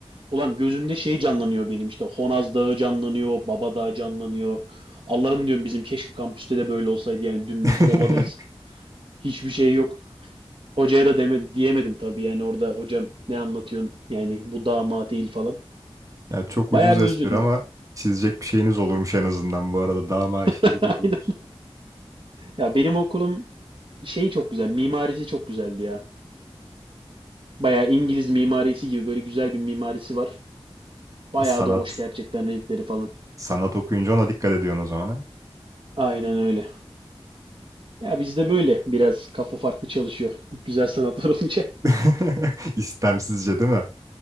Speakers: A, on the right (about 55°); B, on the right (about 35°).
A: Ulan gözümde şey canlanıyor benim işte Honaz Dağı canlanıyor, Baba Dağı canlanıyor. Allah'ım diyorum bizim keşke kampüste de böyle olsaydı yani dümdüz
B: <laughs>
A: ovadayız. Hiçbir şey yok. Hocaya da deme, diyemedim tabii yani orada hocam ne anlatıyorsun yani bu dağ mağ değil falan.
B: Ya çok
A: Bayağı
B: ucuz
A: bir
B: espri
A: özlüyordum.
B: ama çizecek bir şeyiniz olurmuş en azından bu arada. Daha
A: <laughs>
B: işte güzel olurmuş.
A: Aynen. Ya benim okulum şey çok güzel. Mimarisi çok güzeldi ya. Bayağı İngiliz mimarisi gibi böyle güzel bir mimarisi var. Bayağı
B: E, sanat.
A: da hoş gerçekten renkleri falan.
B: Sanat okuyunca ona dikkat ediyorsun o zaman ha.
A: Aynen öyle. Ya bizde böyle biraz kafa farklı çalışıyor. <laughs> Güzel sanatlar olunca.
B: <laughs> İstemsizce değil mi?